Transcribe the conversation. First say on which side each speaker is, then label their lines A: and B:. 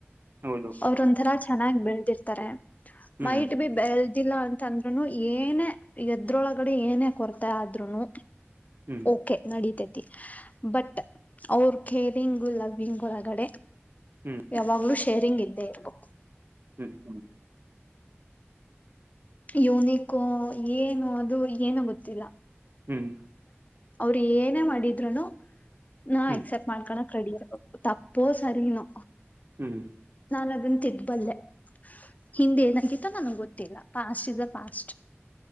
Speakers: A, on the right; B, on the left.
A: ಹೌದು
B: ಅವ್ರ್ ಒಂಥರಾ ಚ್ ಚೆನ್ನಾಗಿ ಬೆಳ್ದಿರ್ತಾರೆ
A: ಹ್ಮ್
B: ಮೈಟ್ ಬಿ ಬೆಲ್ ತಿಲ್ಲ ಅಂತಂದ್ರುನು ಏನೇ ಎದ್ರೊಳಗಡೆ ಏನೇ ಕೊರತೆ ಆದ್ರುನು
A: ಹ್ಮ್
B: ಓಕೆ ನಡಿತೈತಿ ಬಟ್ ಅವ್ರ ಖೇರಿಂಗು ಲವ್ವಿಗ್ ಒಳಗಡೆ
A: ಹ್ಮ್
B: ಯಾವಾಗ್ಲೂ ಶೇರಿಂಗ್ ಇದ್ ರ್ಬೇಕು
A: ಹ್ಮ್ ಹ್ಮ್
B: ಯೂನಿಕೋ ಏನು ಅದು ಏನ ಗೊತ್ತಿಲ್ಲ
A: ಹ್ಮ್
B: ಅವರು ಏನೇ ಮಾಡಿದ್ರುನು ನಾ
A: ಹ್ಮ್
B: ಎಕ್ಸೆಪ್ಟ್ ಮಾಡ್ಕೋಣ ರೆಡಿ ಇರ್ಬೇಕು ತಪ್ಪೋ ಸರಿನೋ
A: ಹ್ಮ್
B: ನಾನು ಅದನ್ನು ತಿದ್ದಬಲ್ಲೆ ಹಿಂದೆ ನಂಗೆ ನನ್ಗೆ ಗೊತ್ತಿಲ್ಲ ಪಾಸ್ ಇ ಪಾಸ್